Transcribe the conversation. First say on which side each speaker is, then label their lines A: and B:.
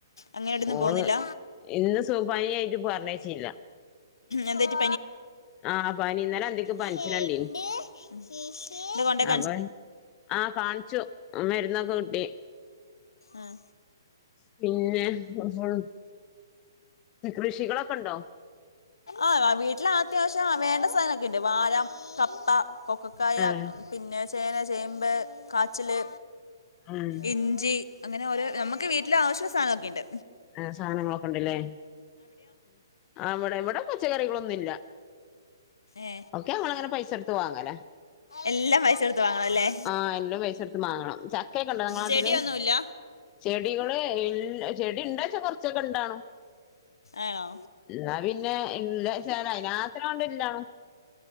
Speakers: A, on the left; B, on the left.
A: അങ്ങാടിന്ന്
B: ഓള്
A: പോന്നില്ല?
B: ഇന്ന് സൂ പനി ആയിട്ട് പറഞ്ഞ യിച്ചില്ല
A: എന്തേറ്റി
B: ആ പനി ഇന്നലെ അന്തിക്ക് പനിച്ചിനുണ്ടീനി
A: ഷെഡ് ഷിസ് ഇദ് കൊണ്ടക്കെ
B: അപ്പൊ ആഹ കാണിച്ചു മരുന്നൊക്കെ കിട്ടി
A: ആഹ
B: പിന്നെ <unintelligible> കൃഷികളൊക്കെ ഇണ്ടോ?
A: ആഹ വീട്ടിൽ അത്യാവശ്യം വേണ്ട സാധനം ഒക്കെ ഇണ്ട് വായ, കപ്പ കൊക്കക്കായ
B: ആഹ്
A: പിന്നെ ചേന, ചേമ്പ് കാച്ചില്
B: ആഹ്
A: ഇഞ്ചി അങ്ങനെ ഓരോ നമുക്ക് വീട്ടില് ആവശ്യമുള്ള സാധനം ഒക്കെണ്ട്
B: ആ സാധനങ്ങളൊക്കെണ്ടല്ലേ അവിടെ ഇവിടെ പച്ചക്കറികളൊന്നും ഇല്ല
A: ഏ
B: ഒക്കെ ഞങ്ങൾ ങ്ങനെ പൈസ ടുത്ത് വാങ്ങല
A: എല്ലാം പൈസ കൊടുത്ത് വാങ്ങണല്ലേ
B: ആ എല്ലാം പൈസ എടു ത്ത് മാങ്ങണം ചക്കെഒക്കെ ഇണ്ടോ ഇങ്ങടെ നാട്ടില്?
A: ചെടിയൊന്നുമില്ല
B: ചെടികള് ഇല്ല ചെടി ഇണ്ടോയ്ച്ച കൊറച്ച് കൊറച്ചൊക്കെ ഇണ്ടാണും
A: ആണോ
B: എന്നാ പിന്നെ <unintelligible> അത്രാണ്ടില്ലാണും